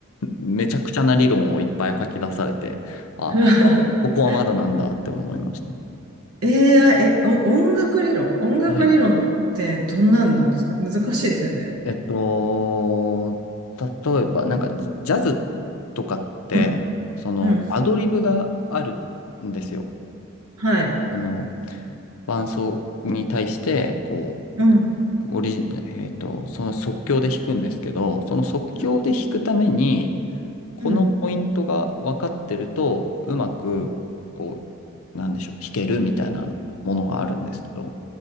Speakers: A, on the left; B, on the right.
A: めちゃくちゃな理論をいっぱい吐き出されて、あ、
B: <laughs>
A: ここはまだなんだって思いました。
B: AI、え、お音楽理論音楽理論ってどんなんなんですか難しいですよね。
A: はい。えっと、例えば、なんかジジャズとかって、
B: うん、
A: そのアドリブがあるんですよ。
B: うん。はい。
A: その伴奏に対して、こ
B: うん。
A: う、オリジ、えっと、その即興で弾くんですけど、その即興で弾くために、
B: うん。
A: このポイントが分かってると、
B: うん。
A: うまく、こう、なんでしょう、弾けるみたいなものがあるんですけど、